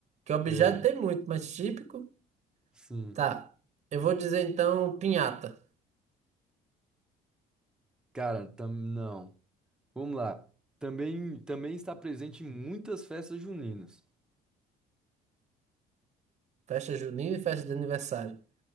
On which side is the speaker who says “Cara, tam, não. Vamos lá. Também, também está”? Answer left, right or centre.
Centre